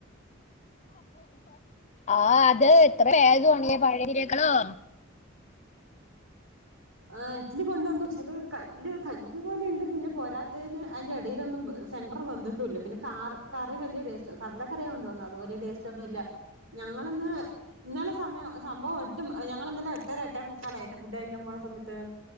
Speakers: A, on the left; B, on the right.
A: ആ അതെ ഇത്ര <unintelligible>
B: ആ ഇഡലി കൊണ്ടന്നു പക്ഷെ അത് കല്ല് കല്ല് പോലെ ഉണ്ട് പിന്നെ പോരാത്തതിന് അതിന്റെ ഇടയിലൊന്നും സെന്റർ വെന്തട്ടൂല്ല്യ പിന്നെ കാറ് കറി വലിയടേസ്റ്റ് കടലക്കറിയ കൊണ്ട്‌ വന്ന അത് വലിയ ടേസ്റ്റ് ഒന്നുംല്ല ഞങ്ങളിന്ന് ഇന്നലെ സമയം സംഭവം എട്ട് ഞങ്ങൾ ഇന്നലെ എട്ടര എട്ടേ മുക്കാലായി ഫുഡ് കയ്ക്കാൻ പോവ്ണ സമയത്ത്